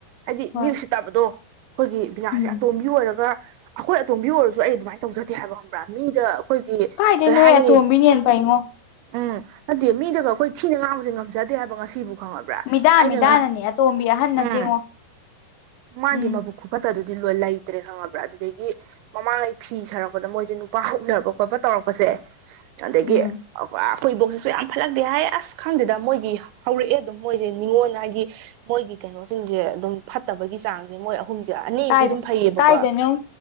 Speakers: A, on the right; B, on the left.
A: ꯍꯥꯏꯗꯤ
B: ꯍꯣꯏ
A: ꯃꯤ ꯎꯁꯤꯠꯇꯕꯗꯣ ꯈꯣꯏꯒꯤ ꯕꯤꯅꯥꯁꯦ
B: ꯎꯝ
A: ꯑꯇꯣꯝꯕꯤ ꯑꯣꯏꯔꯒ ꯑꯈꯣꯏ ꯑꯇꯣꯝꯕꯤ ꯑꯣꯏꯔꯁꯨ ꯑꯩ ꯑꯗꯨꯃꯥꯏ ꯇꯧꯖꯗꯦ ꯍꯥꯏꯕ ꯈꯪꯕ꯭ꯔꯥ ꯃꯤꯗ ꯑꯩꯈꯣꯏꯒꯤ
B: ꯀꯥꯏꯗꯩ
A: ꯀꯩ
B: ꯅꯣꯍꯦ
A: ꯍꯥꯏꯅꯤ
B: ꯑꯇꯣꯝꯕꯤꯅ ꯍꯦꯟꯅ ꯐꯩꯉꯣ
A: ꯎꯝ ꯅꯠꯇꯦ ꯃꯤꯗꯒ ꯑꯩꯈꯣꯏ ꯊꯤꯅ ꯉꯥꯡꯕꯁꯦ ꯉꯝꯖꯗꯦ ꯍꯥꯏꯕ ꯉꯁꯤꯕꯨ ꯈꯪꯉꯕ꯭ꯔꯥ
B: ꯃꯤꯗꯥ
A: ꯑꯩꯅꯒ
B: ꯃꯤꯗꯥꯅꯅꯦ ꯑꯇꯣꯝꯕꯤ ꯑꯍꯟ ꯅꯠꯇꯦꯉꯣ
A: ꯎꯝ ꯃꯥꯒꯤ
B: ꯎꯝ
A: ꯃꯕꯨꯛ ꯈꯨꯐꯠꯇꯗꯨꯗꯤ ꯂꯣꯏ ꯂꯩꯇ꯭ꯔꯦ ꯈꯪꯉꯕ꯭ꯔꯥ ꯑꯗꯨꯗꯒꯤ ꯃꯃꯥꯡꯉꯩ ꯐꯤ ꯁꯥꯔꯛꯄꯗ ꯃꯣꯏꯁꯦ ꯅꯨꯄꯥ ꯎꯅꯕ ꯈꯣꯠꯄ ꯇꯧꯔꯛꯄꯁꯦ ꯑꯗꯒꯤ
B: ꯎꯝ
A: ꯑꯥ ꯄꯨꯔꯥ ꯑꯩꯈꯣꯏ ꯏꯕꯣꯛꯁꯤꯁꯨ ꯌꯥꯝ ꯐꯠꯂꯛꯇꯦ ꯍꯥꯏ ꯑꯁ ꯈꯪꯗꯦꯗ ꯃꯣꯏꯒꯤ ꯍꯧꯔꯛꯑꯦ ꯑꯗꯨꯝ ꯃꯣꯏꯁꯦ ꯅꯤꯉꯣꯟ ꯍꯥꯏꯗꯤ ꯃꯣꯏꯒꯤ ꯀꯩꯅꯣꯁꯤꯡꯁꯦ ꯑꯗꯨꯝ ꯐꯠꯇꯕꯒꯤ ꯆꯥꯡꯁꯦ ꯃꯣꯏ ꯑꯍꯨꯝꯁꯦ ꯑꯅꯤ ꯑꯝꯗꯤ
B: ꯀꯥꯏꯗ
A: ꯑꯗꯨꯝ ꯐꯩꯌꯦꯕꯀꯣ
B: ꯀꯥꯏꯗꯅꯣꯝ